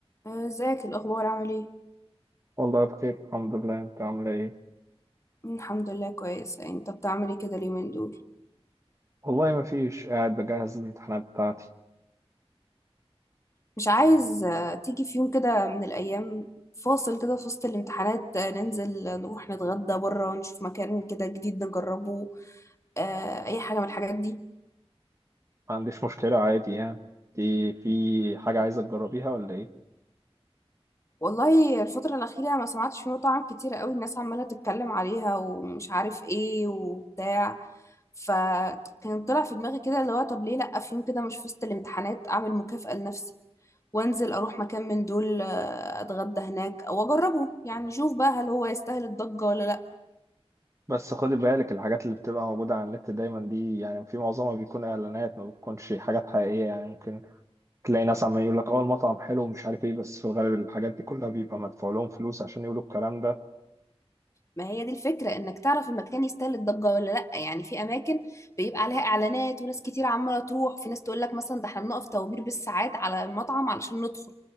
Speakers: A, on the left; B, on the right.
A: آه، ازيك الاخبار عامل ايه
B: والله بخير الحمد لله انت عامله ايه
A: أمم، الحمد لله كويس انت بتعمل ايه كده اليومين دول
B: والله ما فيش قاعد بجهز الامتحانات بتاعتي
A: مش عايز آه، تيجي في يوم كده من الايام فاصل كده في وسط الامتحانات آه، ننزل آه، نروح نتغدى بره ونشوف مكان كده جديد نجربه آه، اي حاجه من الحاجات دي
B: ما عنديش مشكله عادي يعني دي في حاجه عايزه تجربيها ولا ايه
A: والله الفتره الاخيره ما سمعتش في مطاعم كتير قوي الناس عماله تتكلم عليها ومش عارف ايه وبتاع فكان طلع في دماغي كده اللي هو طب ليه لا في يوم كده مش في وسط الامتحانات اعمل مكافأة لنفسي وانزل اروح مكان من دول آه، اتغدى هناك او اجربه يعني شوف بقى هل هو يستاهل الضجة ولا لا
B: بس خدي بالك الحاجات اللي بتبقى موجوده على النت دايما دي يعني في معظمها بيكون اعلانات ما بتكونش حاجات حقيقيه يعني ممكن تلاقي ناس عمال يقول لك اه المطعم حلو ومش عارف ايه بس في الغالب الحاجات دي كلها بيبقى مدفوع لهم فلوس عشان يقولوا الكلام ده
A: ما هي دي الفكرة انك تعرف المكان يستاهل الضجة ولا لا يعني في اماكن بيبقى عليها اعلانات وناس كتير عمالة تروح في ناس تقول لك مثلا ده احنا بنقف طوابير بالساعات على المطعم علشان ندخل